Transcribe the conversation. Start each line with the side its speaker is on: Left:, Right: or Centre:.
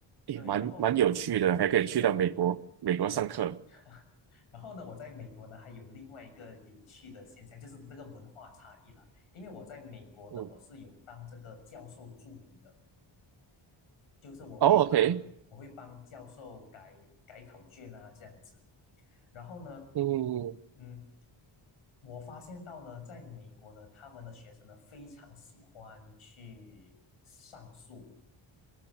Right: 也蛮蛮有趣的，
Left: 对，然后还是的，
Right: 还可以去到美国美国上课。
Left: 呃，<laughs> 然后呢，我在美国呢还有另外一个有趣的现象，就是这个文化差异啦。因为我在美国呢，
Right: 嗯。
Left: 我是有当这个教授助理的。就是我会帮
Right: 哦，OK，
Left: 我会帮教授改改考卷啊这样子。然后呢，
Right: 嗯，嗯
Left: 嗯，我发现到呢，在美国呢，他们的学生呢非常喜欢去上诉，